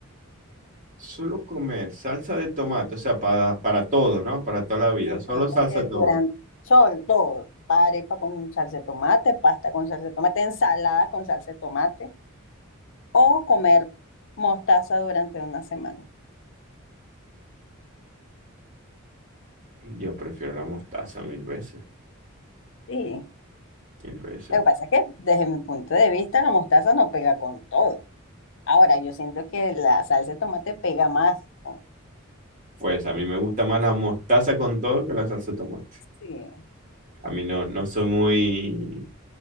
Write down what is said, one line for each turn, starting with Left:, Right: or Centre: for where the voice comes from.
Right: Solo comer salsa de tomate, o sea, para, para todo, ¿no? Para toda la vida.
Left: Me imagino
Right: Solo salsa
Left: que
Right: de tomate.
Left: durante sol, todo, arepa con salsa de tomate, pasta con salsa de tomate, ensalada con salsa de tomate, o comer mostaza durante una semana.
Right: Yo prefiero la mostaza mil veces,
Left: Sí,
Right: mil veces.
Left: lo que pasa es que desde mi punto de vista la mostaza no pega con todo. Ahora, yo siento que la salsa de tomate pega más. con-
Right: Pues a mí me gusta más la mostaza con todo que la salsa de tomate.
Left: sí,
Right: A mí no, no soy muy